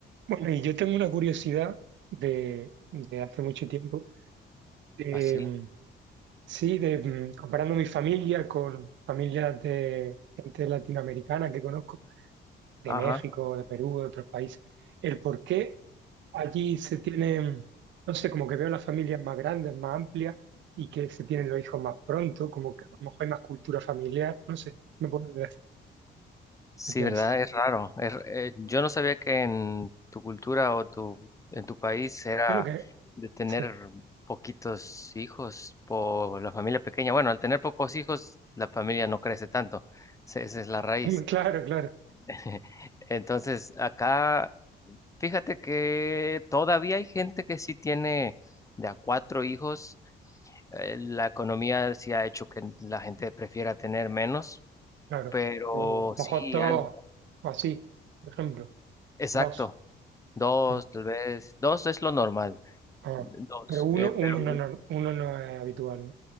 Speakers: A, on the right; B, on the left.
A: Bueno, y yo tengo una curiosidad de, de hace mucho tiempo. de,
B: Así.
A: mm, sí, de, mm, comparando mi familia con familias de gente latinoamericana que conozco, de
B: Ajá.
A: México, de Perú, de otros países, el por qué allí se tienen, no sé, como que veo las familias más grandes, más amplias y que se tienen los hijos más pronto, como que a lo mejor hay más cultura familiar, no sé, no puedo decir
B: Sí,
A: qué piensas.
B: ¿verdad? Es raro. Es r- eh, yo no sabía que en tu cultura o tu, en tu país era
A: Bueno, que,
B: de tener
A: sí,
B: poquitos hijos por la familia pequeña. Bueno, al tener pocos hijos, la familia no crece tanto. Se- Esa es la
A: <laughs>
B: raíz.
A: claro, claro.
B: <laughs> Entonces, acá, fíjate que todavía hay gente que sí tiene de a cuatro hijos. Eh, la economía sí ha hecho que la gente prefiera tener menos,
A: claro.
B: pero
A: Yo
B: sí,
A: mojo dos
B: han-
A: o así, por ejemplo,
B: Exacto,
A: dos.
B: dos,
A: Mm.
B: tal vez, dos es lo normal,
A: Ah,
B: dos,
A: pero uno,
B: eh,
A: uno
B: pero
A: no, no- uno no es habitual, ¿no?